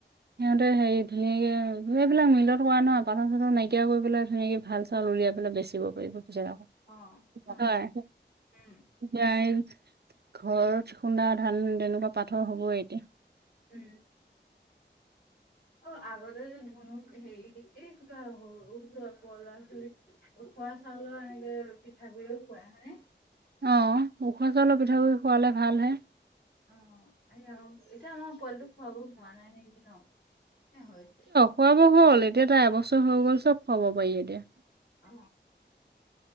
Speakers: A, on the right; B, on the left.
A: সিহঁতে হেৰি ধুনীয়াকে এইবিলাক মিলত কৰা নহয় পাথৰ-চাথৰ নাইকিয়া কৰি পেলাই ধুনীয়াকে ভাল চাউল উলিয়াই পেলাই বেচিব পাৰিব পিছেত আকৌ।
B: অ', অ',
A: হয়
B: উম,
A: এতিয়া এই ঘৰত খুন্দা ধান তেনেকুৱা পাথৰ হ'বই এতিয়া।
B: উম। অ আগতে যে ধুনু হেই এই কিবা <unintelligible> উখোৱা চাউলও এনেকে পিঠাগুৰিও খুৱাই হয়নে?
A: অ উখোৱা চাউলৰ পিঠাগুড়ি খোৱালে ভাল হে।
B: অ অ এতিয়া আমাৰ পোৱালিটোক খুওঁৱা হোৱা নাই নেকি ন, নে হৈছে?
A: খোৱাব হ'ল এতিয়া তাৰ এবছৰ হৈ গ'ল চব খাব পাৰি এতিয়া।
B: অ',